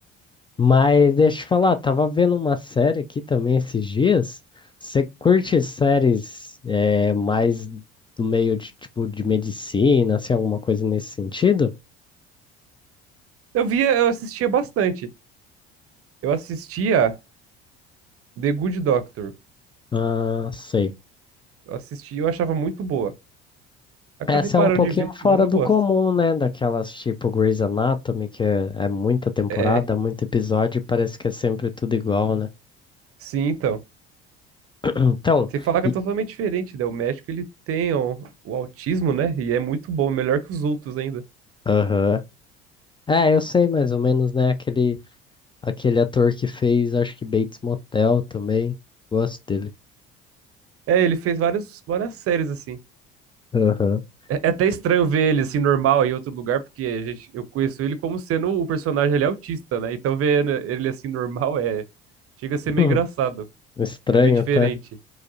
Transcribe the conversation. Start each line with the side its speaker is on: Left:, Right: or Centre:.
Left: Mas deixa eu te falar, tava vendo uma série aqui também esses dias. Você curte séries eh, mais do meio de tipo de medicina, assim, alguma coisa nesse sentido?
Right: Eu via, eu assistia bastante. Eu assistia The Good Doctor.
Left: Ah, sei.
Right: Eu assistia, eu achava muito boa. Acabei
Left: Essa
Right: parando
Left: é um pouquinho
Right: de ver,
Left: fora
Right: mas eu
Left: do
Right: gosto.
Left: comum, né? Daquelas tipo Grey's Anatomy, que é, é muita temporada,
Right: É,
Left: muito episódio, e parece que é sempre tudo igual, né?
Right: sim, então.
Left: <clears throat> Então,
Right: Sem falar que
Left: e-
Right: é totalmente diferente, né? O médico, ele tem o, o autismo, né? E é muito bom, melhor que os outros ainda.
Left: aham. É, eu sei mais ou menos, né? Aquele, aquele ator que fez, acho que Bates Motel também. Gosto dele.
Right: É, ele fez várias, várias séries, assim.
Left: Aham. <clears throat>
Right: É é até estranho ver ele assim normal em outro lugar, porque a gente, eu conheço ele como sendo o personagem ele é autista, né? Então ver ele assim normal é chega a ser meio
Left: Hum,
Right: engraçado,
Left: Estranho,
Right: é meio diferente.
Left: tá?